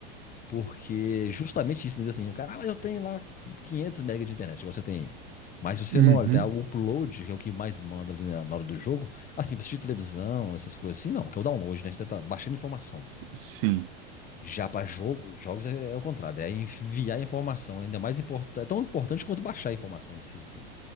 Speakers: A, on the left; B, on the right.
A: Porque justamente isso, né? assim, o cara, ah, mas eu tenho lá 500 MB de internet, igual você tem aí. Mas se você
B: Uhum.
A: não olhar o upload, que é o que mais manda ali na na hora do jogo, assim, pra assistir televisão, essas coisas assim, não, que é o download, né? Que você tá baixando informação.
B: S- Sim.
A: Já pra jogo, jogos é, é o contrário, é enviar informação, ainda mais importante, é tão importante quanto baixar a informação em si, assim,